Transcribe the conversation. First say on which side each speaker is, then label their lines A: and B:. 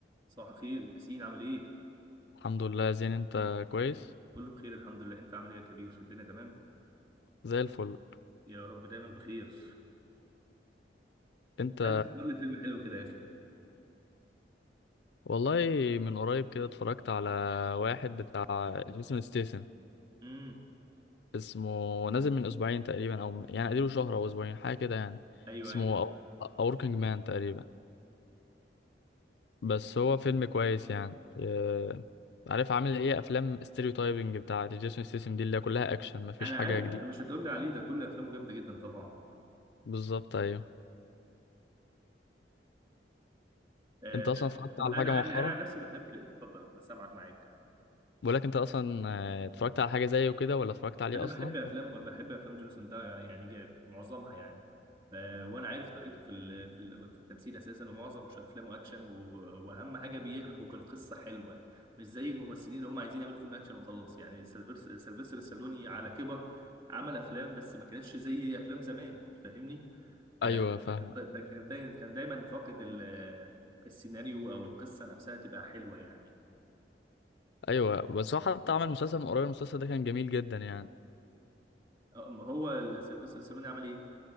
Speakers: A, on the right; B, on the left.
A: صباح الخير ياسين عامل ايه؟
B: الحمد لله يا زين انت كويس
A: كله بخير الحمد لله انت عامل ايه يا كبير الدنيا تمام؟
B: زي الفل
A: يا رب دايما بخير
B: انت
A: عايز تختار لي فيلم حلو كده يا اخي
B: والله من قريب كده اتفرجت على واحد بتاع جيسون ستيسن
A: امم
B: اسمه نازل من اسبوعين تقريبا او يعني اديله شهر او اسبوعين حاجه كده يعني
A: ايوه
B: اسمه
A: ايوه
B: اوركينج مان تقريبا بس هو فيلم كويس يعني اه، عارف عامل ايه افلام ستيريوتايبنج بتاع جيسون ستيسن دي اللي هي كلها اكشن مفيش
A: انا
B: حاجه
A: عارف
B: جديده
A: انت مش هتقول لي عليه ده كل افلامه جامده جدا طبعا
B: بالظبط ايوه
A: آه...
B: انت اصلا اتفرجت
A: طب
B: على
A: انا
B: حاجه مؤخرا
A: عن انا عن نفسي بحب اتفضل بسامعك معاك
B: بقولك انت اصلا اه، اتفرجت على حاجه زيه كده ولا اتفرجت عليه
A: انا
B: اصلا
A: بحب افلام بحب افلام جيسون ده يعني جاب معظمها يعني ف- وانا عارف طريقته في ال- في ال- في التمثيل اساسا ومعظم مش افلامه اكشن و- واهم حاجه بيحبك القصه حلوه مش زي الممثلين اللي هم عايزين يعملوا فيلم اكشن وخلاص يعني سيلفستر سيلفستر السالوني على كبر عمل افلام بس ما كانتش زي افلام زمان فاهمني آه،
B: ايوه فاهم
A: كان كان دايما كان دايماً فاقد ال- السيناريو او القصه نفسها تبقى حلوه يعني
B: ايوه بس هو حتى عمل مسلسل من قريب المسلسل ده كان جميل جدا يعني
A: أما هو سيلفستر السالوني عمل